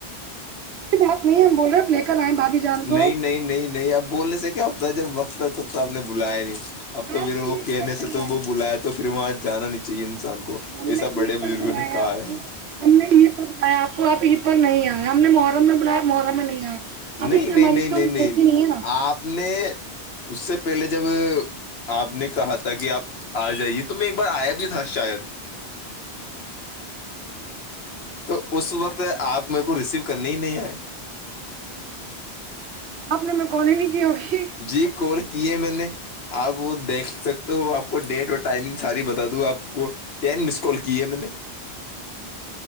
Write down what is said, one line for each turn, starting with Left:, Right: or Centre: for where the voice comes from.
Right: مت نہیں بول رہے آپ لے کر آئیں بھابھی جان کو
Left: نہیں نہیں نہیں نہیں آپ بولنے سے کیا ہوتا ہے جب وقت ہے تب تو آپ نے بلایا ہی نہیں اب تو
Right: آپ
Left: پھر وہ
Right: عید
Left: کہنے
Right: پر کب
Left: سے تو
Right: آئے
Left: وہ بلایا تو پھر وہاں جانا نہیں چاہیے انسان کو
Right: ہم
Left: ایسا
Right: نے عید
Left: بڑے بزرگوں
Right: پر بلایا
Left: نے کہا
Right: آپ
Left: ہے
Right: کو ہم نے عید پر بلایا آپ کو آپ عید پر نہیں آئے ہم نے محرم میں بلایا محرا میں نہیں آیا
Left: نہیں
Right: اب اس میں
Left: نہیں
Right: ہماری
Left: نہیں نہیں
Right: تو غلطی نہیں ہے نا
Left: آپ نے اس سے پہلے جب آپ نے کہا تھا کہ آپ آ جائیے تو میں ایک بار آیا بھی تھا شاید تو اس وقت آپ میرے کو ریسیو کرنے ہی نہیں آئے
Right: آپ نے میں کالونی کی ہوگی
Left: جی کال کی ہے میں نے آپ وہ دیکھ سکتے ہو آپ کو ڈیٹ اور ٹائمنگ ساری بتا دوں آپ کو ین مس کال کی ہے میں نے